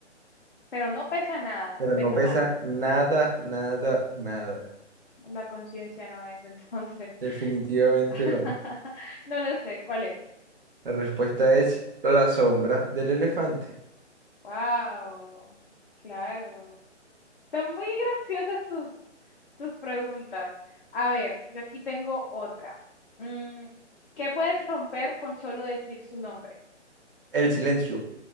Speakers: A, on the left; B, on the right.
A: Pero no pesa nada
B: Pero
A: o pesa
B: no pesa
A: más.
B: nada, nada, nada.
A: La conciencia no es, entonces.
B: Definitivamente
A: <laughs>
B: no.
A: No lo sé, ¿cuál es?
B: La respuesta es la sombra del elefante.
A: Wow, claro. Están muy graciosas tus, tus preguntas. A ver, yo aquí tengo otra. Mm, ¿qué puedes romper con solo decir su nombre?
B: El silencio.